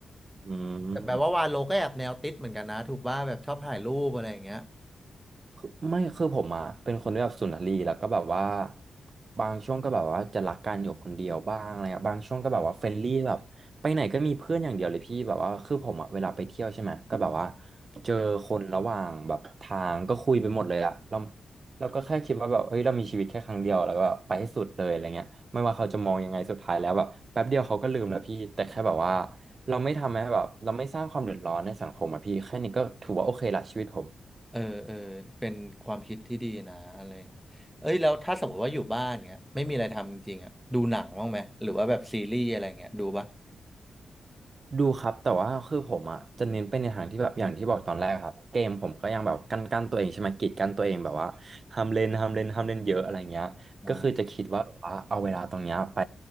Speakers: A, on the right (about 40°); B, in the centre.
A: อืม
B: แต่แปลว่าวาโลก็แอบแนวติดเหมือนกันนะถูกว่าแบบชอบถ่ายรูปอะไรอย่างเงี้ย
A: คือไม่คือผมอ่ะเป็นคนที่แบบสุนทรีย์แล้วก็แบบว่าบางช่วงก็แบบว่าจะรักกันอยู่คนเดียวบ้างอะไรอะบางช่วงก็แบบว่าเฟรนลี่แบบไปไหนก็มีเพื่อนอย่างเดียวเลยพี่แบบว่าคือผมอ่ะเวลาไปเที่ยวใช่ไหมก็แบบว่าเจอคนระหว่างแบบทางก็คุยไปหมดเลยอะเราเราก็แค่คิดว่าแบบเฮ้ยเรามีชีวิตแค่ครั้งเดียวแล้วก็แบบไปให้สุดเลยอะไรเงี้ยไม่ว่าเขาจะมองยังไงสุดท้ายแล้วแบบแป๊บเดียวเขาก็ลืมแล้วพี่แต่แค่แบบว่าเราไม่ทำให้แบบเราไม่สร้างความเดือดร้อนในสังคมอะพี่แค่นี้ก็ถือว่าโอเคละชีวิตผม
B: เออเออเป็นความคิดที่ดีนะอะไรอย่างเอ้ยแล้วถ้าสมมติว่าอยู่บ้านเงี้ยไม่มีอะไรทำจริงๆอ่ะดูหนังบ้างไหมหรือว่าแบบซีรีส์อะไรเงี้ยดูปะ
A: ดูครับแต่ว่าคือผมอ่ะจะเน้นไปในทางที่แบบอย่างที่บอกตอนแรกครับเกมผมก็ยังแบบกันกันตัวเองใช่ไหมกีดกันตัวเองแบบว่าห้ามเล่นห้ามเล่นห้ามเล่นเยอะอะไรเงี้ยก็คือจะคิดว่าแบบว่าเอาเวลาตรงเนี้ยไป
B: อ่า